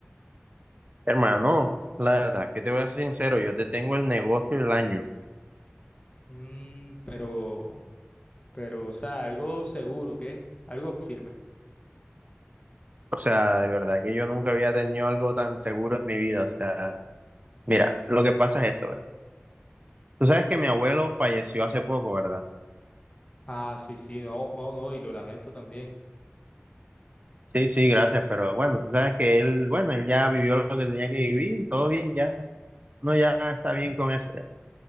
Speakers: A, on the right; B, on the left.
A: Hermano, la verdad, que te voy a ser sincero, yo te tengo el negocio del año.
B: Mm, pero, pero, o sea, algo seguro, ¿qué? Algo firme.
A: O sea, de verdad que yo nunca había tenido algo tan seguro en mi vida. O sea, mira, lo que pasa es esto, ve. Tú sabes que mi abuelo falleció hace poco, ¿verdad?
B: Ah, sí, sí, no, oh, no, y lo lamento también.
A: Sí, sí, gracias, pero bueno, tú sabes que él, bueno, él ya vivió lo que tenía que vivir, todo bien ya. No, ya está bien con eso.